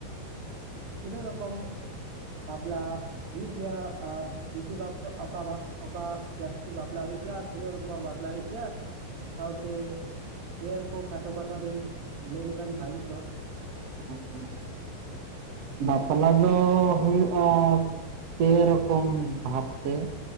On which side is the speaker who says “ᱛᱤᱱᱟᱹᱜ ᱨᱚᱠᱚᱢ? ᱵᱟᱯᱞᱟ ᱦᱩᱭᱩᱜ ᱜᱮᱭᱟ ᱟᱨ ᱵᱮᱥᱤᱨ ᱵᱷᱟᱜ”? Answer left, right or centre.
Right